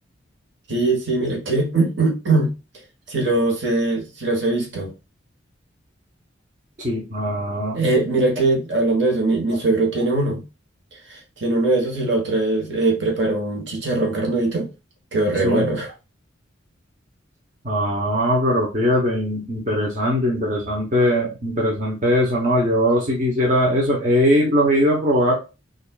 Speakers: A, on the right; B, on the right.
A: Sí, sí, mira que <clears throat> sí los, he- sí los he visto.
B: Sí, ah,
A: Eh, mira que hablando de eso, mi, mi suegro tiene uno. Tiene uno de esos y la otra vez eh, preparó un chicharrón carnudito. Quedó re
B: sí.
A: bueno. <laughs>
B: Ah, pero fíjate, in- interesante, interesante, interesante eso, ¿no? Yo sí quisiera eso, he i- los he ido a probar,